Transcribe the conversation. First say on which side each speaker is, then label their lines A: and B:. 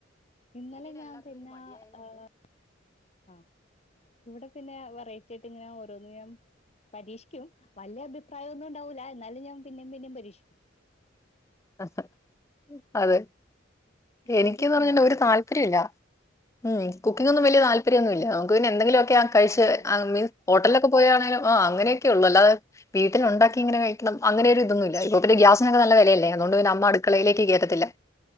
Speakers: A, on the left; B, on the left.
A: ഇന്നലെ ഞാൻ പിന്നെ ആ ഹ് ആഹ് ഇവിടെ പിന്നെ വെറൈറ്റി ആയിട്ടിങ്ങനെ ഓരോന്ന് ഞ്ഞാം പരീക്ഷിക്കും വല്ല്യ അഭിപ്രായം ഒന്നും ഉണ്ടാവൂല എന്നാലും ഞാൻ പിന്നെ പിന്നെ പരീക്ഷിക്കും
B: അതെ അതെ എനിക്കീന്ന്
A: എന്റെ
B: പറഞ്ഞ്ണ്ടെ
A: സമാധാനത്തിന്
B: ഒരു താല്പര്യം ഇല്ല ഉം കുക്കിംഗ് ഒന്നും വലിയ താല്പ <unintelligible> ഒന്നുല്ല്യ നമ്മക്ക് പിന്നെന്തെങ്കിലൊക്കെ ആ കഴിച്ച്
A: ആണോ
B: ആ മീൻസ് ഹോട്ടൽലൊക്കെ പോയ- ആ അങ്ങനെയൊക്കെയുള്ളു അല്ലാതെ വീട്ടില് ഉണ്ടാക്കി ഇങ്ങനെ കഴിക്കണം അങ്ങനെ ഒരു ഇതൊന്നും ഇല്ല ഇപ്പ പിന്നെ ഗ്യാസിനൊക്ക നല്ല വെലയല്ലെ അതോണ്ട് പിന്നെ അമ്മ അടുക്കളയിലേക്ക് കേറ്റത്തില്ല